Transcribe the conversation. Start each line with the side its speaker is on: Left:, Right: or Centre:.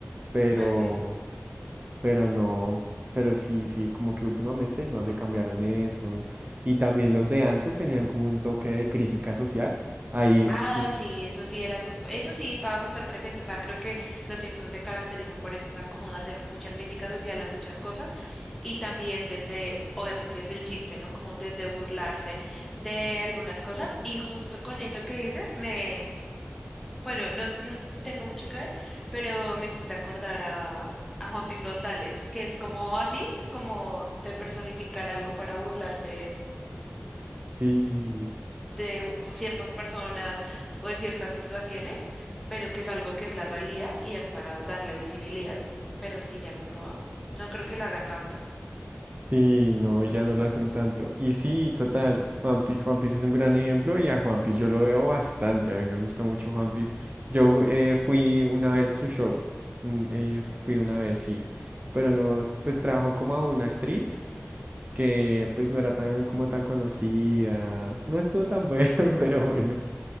Right: pero,
Centre: pues sí.
Right: pero no, pero sí, sí, como que últimamente no le cambiaron eso y también los de antes tenían como un toque de crítica social, ahí,
Centre: Ah,
Right: uf,
Centre: sí, eso sí era súper, eso sí estaba súper presente, o sea, creo que los Simpsons se caracterizan por eso, o sea, como de hacer mucha crítica social a muchas cosas y también desde, obviamente desde el chiste, ¿no? Como desde burlarse de algunas cosas y justo con eso que dices, me, bueno, no, no sé si tengo mucho que ver, pero me hiciste acordar a, a Juan Piz González, que es como así, como de personificar algo para burlarse
Right: sí.
Centre: de u- ciertas personas o de ciertas situaciones, pero que es algo que es la realidad y es para darle visibilidad. Pero sí, ya no lo, no creo que lo hagan tanto.
Right: Sí, no, ya no lo hacen tanto. Y sí, total, Juan Piece, Juan Piece es un gran ejemplo y a Juan Piece yo lo veo bastante, a mí me gusta mucho Juan Piece. Yo eh, fui una vez a su show, mm, eh, fui una vez, sí, pero no, pues trabajó como a una actriz que pues no era tan como tan conocida, no estuvo tan bueno, <laughs> pero bueno,